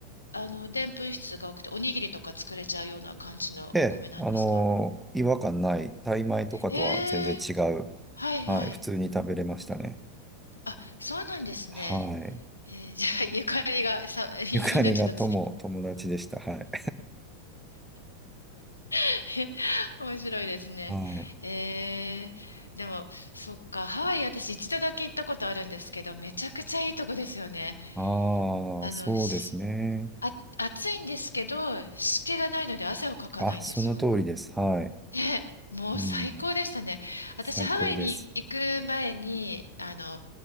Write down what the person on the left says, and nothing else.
あの、でんぷん質が多くて、おにぎりとか作れちゃうような感じのお米なんですか
えーはいはい。
あ、そうなんですね。
えーじゃあ、ゆかりがさ、<laughs> 命の
<laughs> 面白いですね。
えー、でも、そっか、ハワイ私一度だけ行ったことあるんですけど、めちゃくちゃいいとこですよね。
あの、
しあ、暑いんですけど、湿気がないので汗をかかないんですよ。
ね、もう最高でしたね。
私、
ハワイに行く前に、あの、